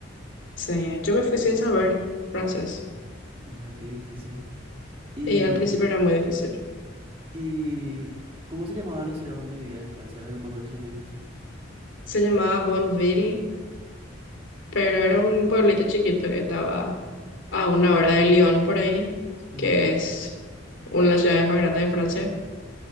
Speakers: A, on the left; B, on the right.
A: Sí, yo me fui sin saber francés
B: Hija, qué difícil. Y,
A: y al principio era muy difícil.
B: y, ¿cómo se llamaba la ciudad donde vivías en Francia? Que No me acuerdo si ya me dijiste.
A: Se llamaba Bonneville, pero era un pueblito chiquito que estaba a una hora de Lyon por ahí,
B: Mm,
A: que es una de las ciudades más grandes de Francia,